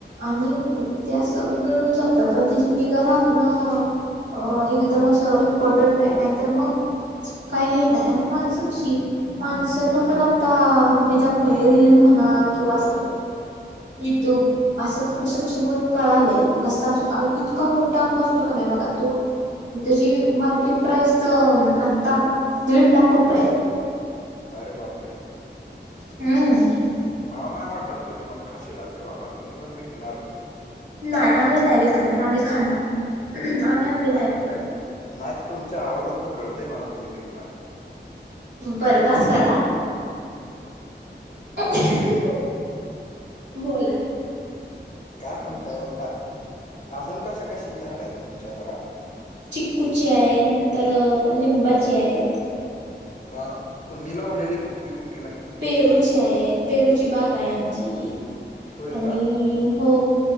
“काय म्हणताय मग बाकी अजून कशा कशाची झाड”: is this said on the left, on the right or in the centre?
Left